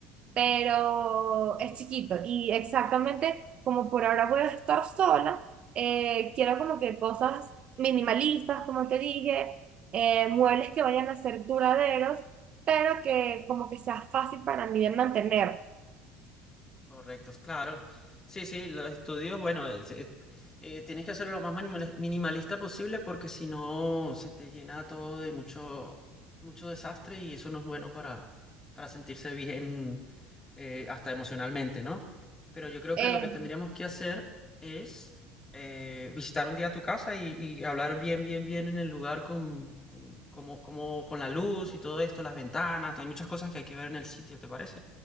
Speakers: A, on the right; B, on the left.
A: pero es chiquito. Y exactamente como por ahora voy a estar sola, eh, quiero como que cosas minimalistas, como te dije, eh, muebles que vayan a ser duraderos, pero que como que sea fácil para mí de mantener.
B: correctos, claro. Sí, sí, los estudios, bueno, es- es- eh, tienes que hacerlo lo más manimal- minimalista posible porque si no se te llena todo de mucho, mucho desastre y eso no es bueno para, para sentirse bien eh, hasta emocionalmente, ¿no? Pero yo creo
A: Eh,
B: que lo que tendríamos que hacer es eh, visitar un día tu casa y, y hablar bien, bien, bien en el lugar con, con, como, como, con la luz y todo esto, las ventanas, hay muchas cosas que hay que ver en el sitio, ¿te parece?